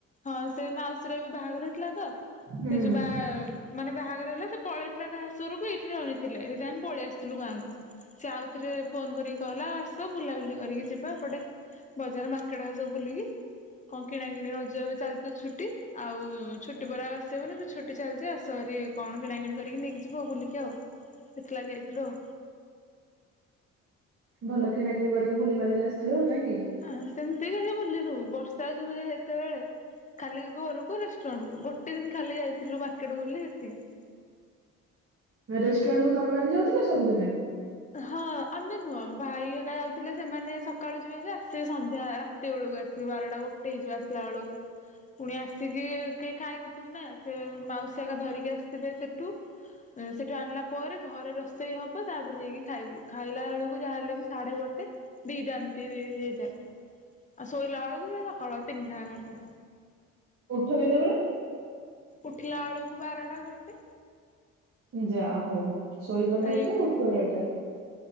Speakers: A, on the left; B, on the right.
A: ହଁ ସେ ମାଉସୀର ବି ବାହାଘର ହେଇଥିଲା ତ,
B: ହୁଁ।
A: ସେ ଯୋଉ ବା ମାନେ ବାହାଘର ହେଲା ପଳେଇଥିଲା ତା ଶାଶୁଘରକୁ ଏଇଠି ରହିଥିଲେ। ହେଥିପାଇଁ ଆମେ ପଳେଇ ଆସିଲୁ ଗାଁକୁ। ସେ ଆଉ ଥରେ ଫୋନ କରିକି କହିଲା ଆ ଆସ ବୁଲାବୁଲି କରିକି ଯିବା ଏପଟେ ବଜାର ମାର୍କେଟ ହେକା ସବୁ ବୁଲିକି କଣ କିଣାକିିଣି ରଜ ବି ଚାଲିଚି ଛୁଟି। ଆଉ ଛୁଟି ପରେ ଆଉ ଆସିହବନି ଛୁଟି ଚାଲିଛି ଆସଭାରି। ରେ କଣ କିଣାକିଣି କରିକି ନେଇକି ଯିବୁ ଆଉ ବୁଲିକି ଆଉ। ସେଥିଲାଗି ଯାଇଥିଲୁ ଆଉ।
B: ଭଲ କିଣାକିିଣି କରିକି ବୁଲିିବାଲିକି ଆସିଥିବ ଆଉ ନାଇଁ କି?
A: ଆଁ ସେମିତି କିଛି ବୁଲିନୁ ବର୍ଷା ଯୋଉ ହେତେବେଳେ ଖାଲି ଘରକୁ ରେଷ୍ଟୁରାଣ୍ଟକୁ ଗୋଟେ ଦିନ ଖାଲି ଯାଇଥିଲୁ ମାର୍କେଟ ବୁଲି ସେତିକି।
B: ରେଷ୍ଟୁରାଣ୍ଟକୁ ତମେମାନେ ଯାଉଥିଲ ସବୁଦିନେ?
A: ହଁ ଆମେ ନୁହଁ ଭାଇ ହେକା ଯାଉଥିଲେ ସେମାନେ ସକାଳୁ ଯିବେ ଯେ ଆସିବେ ସନ୍ଧ୍ୟା ରାତି ବେଳକୁ ରାତି ବାରଟା ଗୋଟେ ହେଇଯିବ ଆସିଲା ବେଳକୁ। ପୁଣି ଆସିକି କେହି ଖାଇନଥିବୁ ନା ସେ ମାଉସୀ ହେକା ଧରିକି ଆସିଥିବେ ସେଠୁ। ସେଠୁ ଆଣିଲା ପରେ ଘରେ ରୋଷେଇ ହବ ତାପରେ ଯାଇକି ଖାଇବୁ। ଖାଇଲା ବେଳକୁ ଯାହାହେଲେ ବି ସାଢେ ଗୋଟେ ଦିଟା ଏମିତି ହେଇ ଆ ଶୋଇଲା ବେଳଳୁ ସେ ସକାଳ ତିନଟା ହେଲାଣି।
B: ଉଠ କେତେବେଳେ?
A: ଉଠିଲା ବେଳକୁ ବାରଟା ଗୋଟେ।
B: ଯା ହଉ ଶୋଇବ
A: ହେଲେ
B: ଲେଟରେ ଉଠିବ ଲେଟରେ।